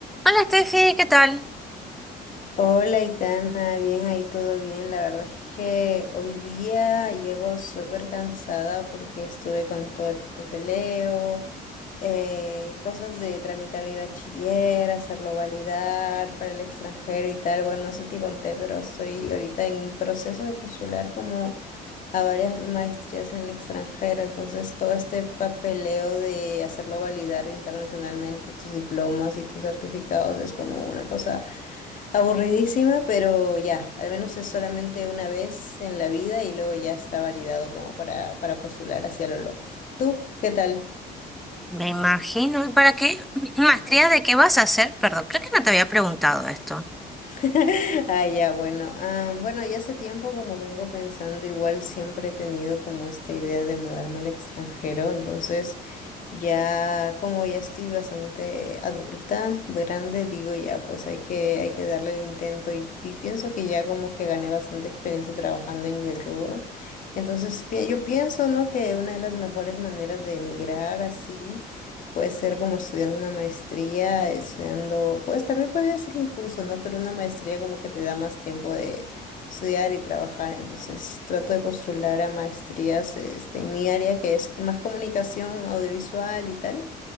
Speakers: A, in the centre; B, on the left.
A: Hola Steffi, ¿qué tal?
B: Hola, Itana, bien ahí, todo bien. La verdad es que hoy día llego súper cansada porque estuve con todo el papeleo, eh, cosas de tramitar mi bachiller, hacerlo validar para el extranjero y tal. Bueno, no sé si te conté, pero estoy ahorita en proceso de postular como a varias maestrías en el extranjero. Entonces, todo este papeleo de hacerlo validar internacionalmente tus diplomas y tus certificados es como una cosa Aburridísima, pero ya, al menos es solamente una vez en la vida y luego ya está validado como para, para postular hacia lo loco. ¿Tú? ¿Qué tal?
A: Me imagino. ¿Y para qué <clears throat> maestría de qué vas a hacer? Perdón, creo que no te había preguntado esto.
B: <laughs> Ah, ya, bueno. ah, bueno, ya hace tiempo como vengo pensando, igual siempre he tenido como esta idea de mudarme al extranjero, entonces... Ya como ya estoy bastante adulta, grande, digo ya, pues hay que, hay que darle el intento y, y pienso que ya como que gané bastante experiencia trabajando en mi rubro. Entonces pi- yo pienso, ¿no? Que una de las mejores maneras de emigrar así puede ser como estudiando una maestría, estudiando, pues tal vez podría ser un curso, ¿no? Pero una maestría como que te da más tiempo de estudiar y trabajar. Entonces trato de postular a maestrías este, en mi área, que es más comunicación audiovisual y tal.